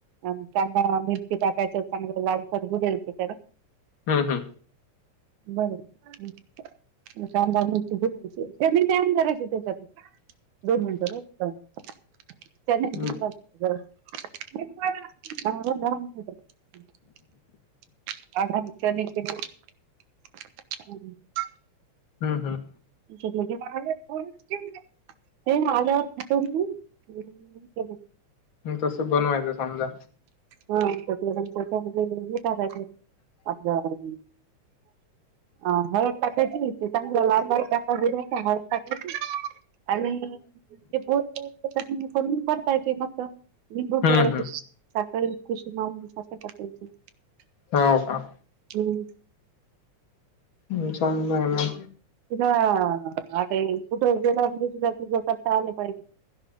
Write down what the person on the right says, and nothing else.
आणि कांदा मिरची टाकायच चांगलं फोडगु द्यायची हे ना
बर बर मग काम झालं तर दे म्हंजे त्यांनी नम करायचे त्याच्यात दोन मिनटं होऊसतवर चणे
धून घाल जरा <unintelligible> <unintelligible>
तुझं तर गे भागे फोनचं ठेवली हे माझं आ खातो मी हे म्हणून केलंय
हा तर ते <unintelligible> त्याच्यामध्ये हे दाबायचा आपलं अ हो पाकेची. <unintelligible> <unintelligible> करून पडता येत मग लिंबू
पळाचे.
<unintelligible>
हम्म.
तिला आता ही कुठे गेला म्हणजे तुला तुझा करता आलं पाहिजे.